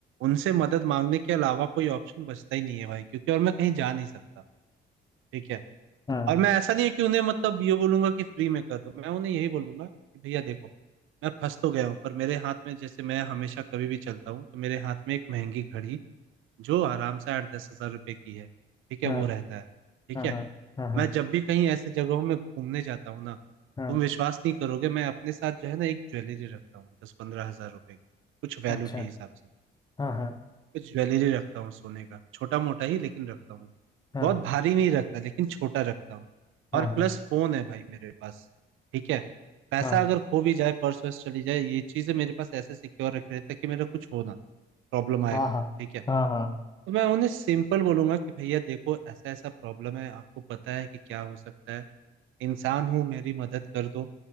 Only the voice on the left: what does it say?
हाँ
हाँ
हाँ
हाँ हाँ हाँ
हाँ,
अच्छा
हाँ हाँ
हाँ
हाँ
हाँ
हाँ
हाँ
हाँ
हाँ